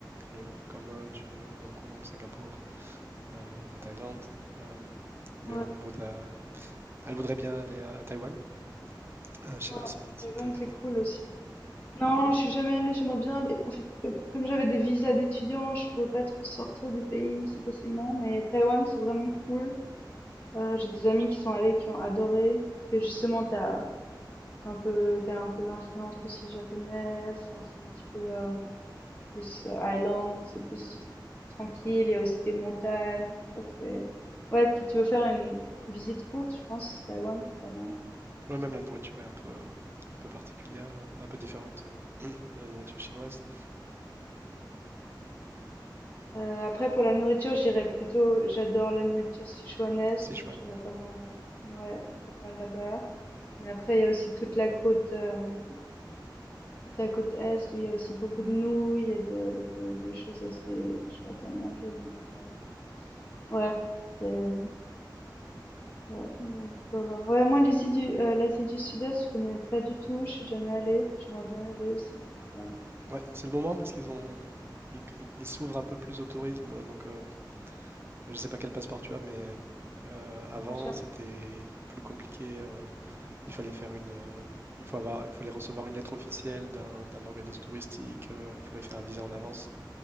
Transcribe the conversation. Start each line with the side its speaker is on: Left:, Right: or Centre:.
Right: le, le Cambodge, euh, Hong Kong, Singapour. euh, la Thaïlande. euh, mais
Left: Ouais,
Right: au niveau de la... Elle voudrait bien aller à, à Taïwan. Euh, je sais
Left: ouais,
Right: pas si, si
Left: Taïwan,
Right: t'es
Left: c'est
Right: allé.
Left: cool aussi. Non, je suis jamais allée, j'aimerais bien aller. En fait, comme, comme j'avais des visas d'étudiants, je pouvais pas trop sortir du pays si facilement, mais Taïwan, c'est vraiment cool. Euh, j'ai des amis qui sont allés, qui ont adoré, parce que justement, t'as un peu, t'as un peu l'influence aussi japonaise, hein, c'est un petit peu, euh, c'est plus euh, island, donc c'est plus tranquille, il y a aussi des montagnes, je crois que c'est... Ouais, si tu veux faire une visite courte, je pense, Taïwan, c'est pas mal.
Right: Moi, même la nourriture est un peu, euh, un peu particulière, euh, un peu différente euh, <clears throat> de la nourriture chinoise.
Left: Euh, après, pour la nourriture, j'irais plutôt, j'adore la nourriture sichuanaise,
Right: Sichuan.
Left: donc j'irais
Right: mm,
Left: pas mal, euh,
Right: mm.
Left: ouais, pas mal là-bas. Mais après, il y a aussi toute la côte, euh, toute la côte est où il y a aussi beaucoup de nouilles et de, de, de choses assez chouettes à manger. Donc, euh, ouais, c'est, ouais, il y a beaucoup à voir. Ouais, moi, l'Asie du, euh, l'Asie du Sud-Est, je connais pas du tout, je suis jamais allée, j'aimerais bien y aller aussi. Euh,
Right: Ouais, c'est le moment parce qu'ils ont... Ils, ils- ils s'ouvrent un peu plus au tourisme. euh, Donc, euh, je sais pas quel passeport tu as, mais euh, avant,
Left: moi, j'ai-
Right: c'était plus compliqué. euh, il fallait faire une, euh, il faut avoir, il fallait recevoir une lettre officielle d'un d'un organisme touristique. euh, Il fallait faire un visa en avance.